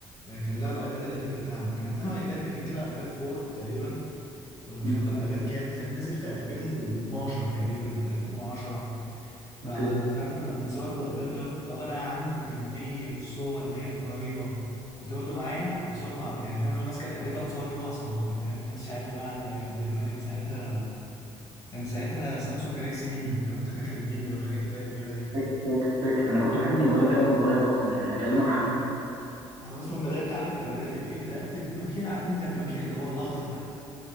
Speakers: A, on the left; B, on the right.
A: آه، كان لها الايباد القديم بتاعنا كان عندنا ايباد قديم كده ايباد 4 تقريبا ولا مش
B: مم.
A: عارف كان ايباد كام كان نازل في 2012 تقريبا ولا 2010
B: اوكي
A: ف- فاهم كنا بنتصور بالايباد دوت فهو لقى عنده كميه صور ليا رهيبه كنت باخده معايا واتصور مع يعني فاهم لو ماسك الايباد كده اتصور بيه مع صحابي فاهم كان ساعتها بقى عندي ايفون تقريبا كان ساعتها كان ساعتها سامسونج جالاكسي ميني لو انت فاكر الميني والحاجات اللي هي القديمه دي
B: فاكر فاكر فاكر انا كنت بحب الموبايلات قوي وانا صغير اصلا يعني هكلمك عنها
A: انا اصلا بدات عارف انا بدات بايه بدات بنوكيا عارف انت النوكيا اللي هو الاخضر ده